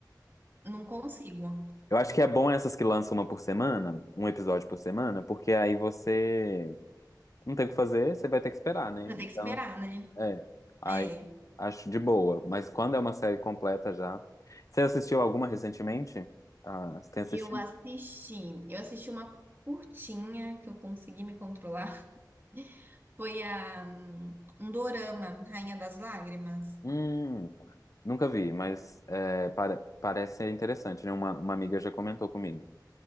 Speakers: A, on the right (about 30°); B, on the left (about 50°).
A: não consigo.
B: eu acho que é bom essas que lançam uma por semana, um episódio por semana, porque aí você não tem o que fazer, você vai ter que esperar, né?
A: Vai
B: Então,
A: ter que esperar, né?
B: É, aí
A: É.
B: acho de boa, mas quando é uma série completa já. Você assistiu alguma recentemente? Ah, você tem assistido?
A: Eu assisti. Eu assisti uma curtinha que eu consegui me controlar. Foi a, hum, um dorama, Rainha das Lágrimas.
B: Hum, nunca vi, mas é, pare- parece ser interessante, né? Uma, uma amiga já comentou comigo.